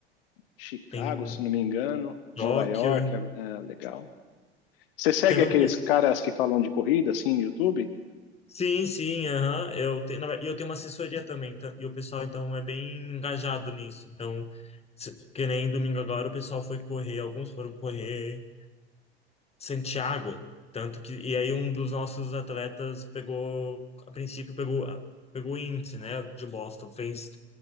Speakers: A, on the left (about 60°); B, on the left (about 20°).
A: Chicago,
B: tem.
A: se não me engano,
B: Tóquio.
A: Nova York, é, legal. Você segue
B: Teve
A: aqueles
B: um. pe-
A: caras que falam de corrida, assim, no YouTube?
B: Sim, sim, aham. Eu tenho, na ver- e eu tenho uma assessoria também, tá? E o pessoal, então, é bem engajado nisso. Então, se- que nem domingo agora, o pessoal foi correr, alguns foram correr Santiago. Tanto que. E aí, um dos nossos atletas pegou, a princípio, pegou, pegou o índice, né, de Boston. Fez